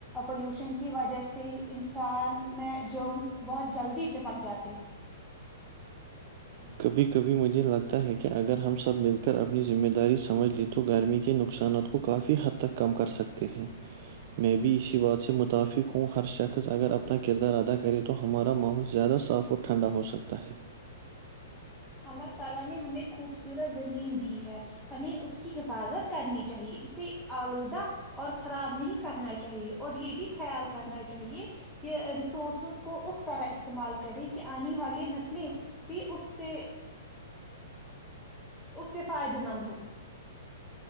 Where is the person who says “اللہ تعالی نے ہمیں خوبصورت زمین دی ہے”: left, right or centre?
Centre